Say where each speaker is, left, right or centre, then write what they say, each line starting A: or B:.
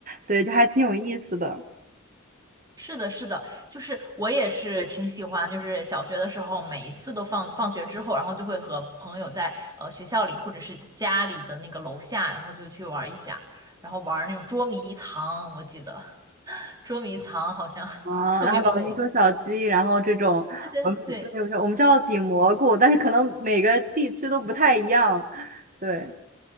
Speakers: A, on the right (about 40°); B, on the right (about 20°).
A: 对，就还挺有意思的。
B: 是的，是的，就是我也是挺喜欢，就是小学的时候，每一次都放放学之后，然后就会和朋友在呃学校里或者是家里的那个楼下，然后就去玩一下，然后玩那种捉迷藏，我记得 <laughs> 捉迷藏好像
A: 啊，
B: <laughs> 特别火。
A: 然后老鹰捉小鸡，然后这种，
B: 对对对
A: 我们对，我们我们叫顶蘑菇，但是可能每个地区都不太一样。对，